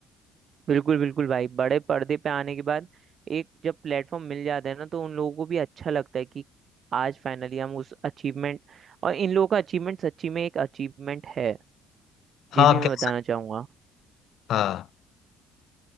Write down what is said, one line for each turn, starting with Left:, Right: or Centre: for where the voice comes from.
Right: बिल्कुल बिल्कुल भाई बड़े पर्दे पे आने के बाद एक जब प्लेटफॉर्म मिल जाता है ना तो उन लोगों को भी अच्छा लगता है कि आज फाइनली हम उस अचीवमेंट और इन लोगों का अचीवमेंट सच्ची में एक अचीवमेंट है
Left: हाँ
Right: ये भी मैं
Left: कैसा
Right: बताना चाहूंगा
Left: हाँ